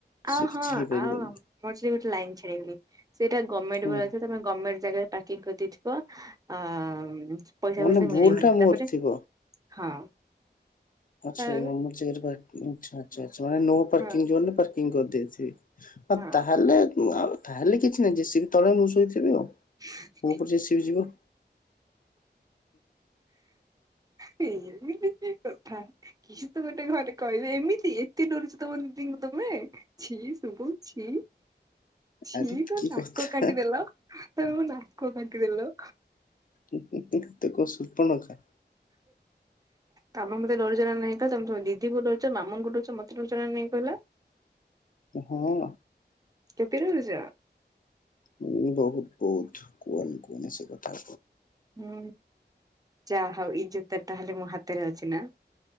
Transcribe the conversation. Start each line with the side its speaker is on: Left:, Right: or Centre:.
Right: ଆଉ
Left: ସେ କିଛି
Right: ହଁ
Left: ହେଇପାରିବନି
Right: ଆଉ ମୁଁ ମଝିରେ ଗୋଟେ ଲାଇନ୍ ଛାଡ଼ିଗଲି ସେଇଟା ଗଭରମେଣ୍ଟ
Left: ହୁଁ
Right: ପରା ଥିବ ଗଭରମେଣ୍ଟ ଜାଗାରେ ପ୍ୟାକିଂ କରିଦେଇଥିବ ଆଉ ପଇସା
Left: ମାନେ
Right: ଫଇସା ମିଳିବନି
Left: ଭୁଲ ଟା ମୋର
Right: ତାପରେ?
Left: ଥିବ
Right: ହଁ।
Left: <unintelligible> ଆଚ୍ଛା
Right: ତାପରେ
Left: ଆଚ୍ଛା ମାନେ ନୋ ପାର୍କିଂ
Right: ହଁ
Left: ଜୋନ୍ ପାର୍କିଂ କରିଦେଇଥିବେ। ଆଉ
Right: ହଁ
Left: ତାହେଲେ ଆଉ ତାହେଲେ କିଛି ନାହିଁ ଜେସିବି ତଳେ ମୁଁ ଶୋଇଥିବି ଆଉ।
Right: ହଁ।
Left: କୋଉ ଉପରେ ଜେସିବି ଯିବ।
Right: ସେଇଆ ବି କି କଥା। କିଛି ତ ଗୋଟେ ଘରେ କହିବେ ଏମିତି ଏତେ ଡରୁଛ ତମ ଦିଦିଙ୍କୁ ତମେ ଛି ସୁବୁ। ଛି। ଛି
Left: ଆରେ
Right: ତମେ
Left: କି
Right: ନାକ
Left: କଥା
Right: କାଟିଦେଲ ତମେ ମୋ ନାକ କାଟିଦେଲ।
Left: <unintelligible> କଣ ସୂପନେଖା।
Right: ତମେ ମତେ ଡରୁଚ ନାଁ ନାଇଁ କହିଲ ତମେ ତମ ଦିଦି ଡରୁଚ ମାମୁଁଙ୍କୁଡରୁଛ ମତେ ଡରୁଚ ନା ନାଇଁ କହିଲ।
Left: ହଁ।
Right: କେତେ ନଉଛ?
Left: ମୁଁ ବହୁତ ବହୁତ କୁହନି କୁହନି ସେ କଥା।
Right: ହୁଁ ଯାହା ହୋଉ ଏଇ ଜୋତା ଟା ତାହେଲେ ମୋ ହାତରେ ଅଛି ନା।